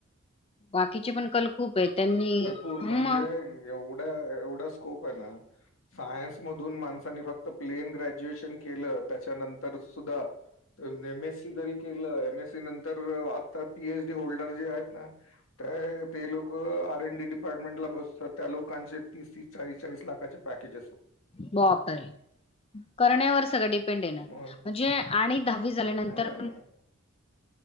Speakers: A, on the left; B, on the left.
A: बाकीचे पण कल खूप आहे त्यांनी
B: पूर म्हणजे
A: म
B: एवढा एवढा स्कोप आहे ना सायन्स मधून माणसांनी फक्त प्लेन ग्रॅज्युएशन केलं त्याच्यानं तर सुद्धा एम एस सी जरी केलं एम एस सी नंतर आता पी एच डी होल्डर जे आहेत ना, त्या ते लोकं R N D D department ला बसतात त्या लोकांचे तीस तीस चाळीस चाळीस लाखाचे पॅकेज असत.
A: बापरे करण्यावर सगळं डिपेंड आहे ना.
B: हो,
A: म्हणजे आणि दहावी झाल्यानंतर
B: हा.